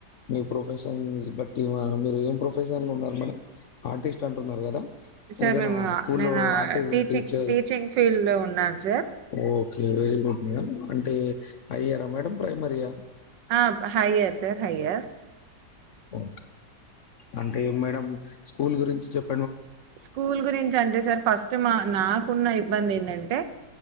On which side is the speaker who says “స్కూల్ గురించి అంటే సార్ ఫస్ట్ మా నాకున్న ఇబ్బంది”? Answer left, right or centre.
Right